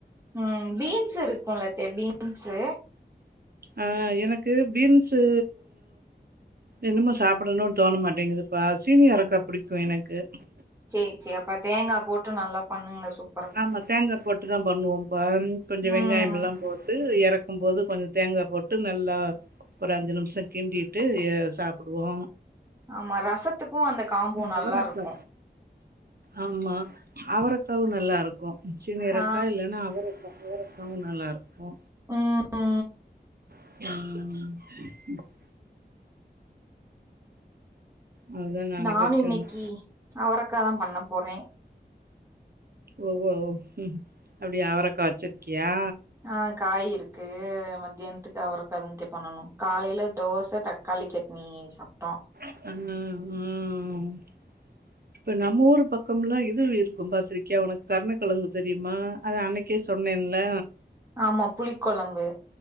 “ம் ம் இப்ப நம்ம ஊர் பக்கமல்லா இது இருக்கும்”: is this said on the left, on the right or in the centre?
Right